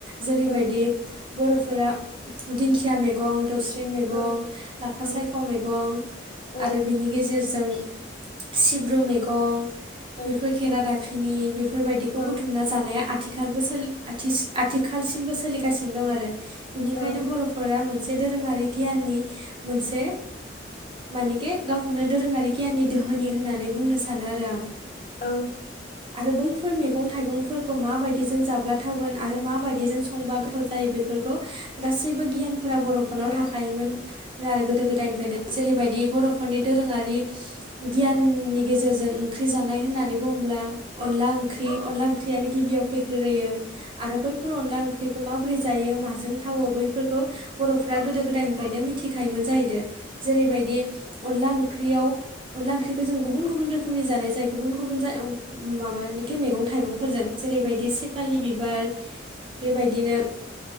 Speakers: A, on the right; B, on the left.
A: जेरैबायदि
B: औ
A: बर'फोरा दिंखिया मैगं दाउस्रि मैगं
B: औ
A: लाफा
B: औ
A: सायख' मैगं
B: औ
A: आरो बिनि गेजेरजों सिब्रु मैगं
B: औ
A: बेफोर खेरा दाफिनि बेफोरबायदिखौ
B: औ
A: बुथुमना जानाया आथिखालबो आथिखालसिमबो सोलिगासिनो दं आरो। बिनिखायनो
B: औ
A: बर'फोरा मोनसे दोरोङारि गियाननि मोनसे मानेके गावखौनो दोरोङारि गियाननि दोहोनि होननानै बुंनो सानो आरो आं।
B: औ।
A: आरो बैफोर मैगं थाइगंफोरखौ माबायदिजों जाब्लाथावगोन आरो माबायदिजों संबा गोथाव जायो बे बे गासैबो गियानफोरा बर'फोरनाव
B: औ
A: थाखोमोन आरो गोदो गोदायनिनो जेरैबाय दि बर'फोरनि दोरोङारि गियाननि गेजेरजों ओंख्रि जानाय होननानै बुङोब्ला अनला ओंख्रि अनला ओंख्रियानो गिबियाव फैग्रोयो आरो बैफोर अनला ओंख्रि माब्रै जायो माजों थावो बैफोरखौ बर'फोरा गोदो गोदायनिफ्राय मि थिखायोमोन जाहैदों जेरैबायदि अनला ओंख्रियाव अनला ओंख्रिखो जों गुबुन गुबुन रोखोमनि जानाय जायो गुबुन गुबुन जा उम माबा <inaudible> खि मैगं थाइगंफोरजों जेरैबायदि सेपालि बिबार बेबायदिनो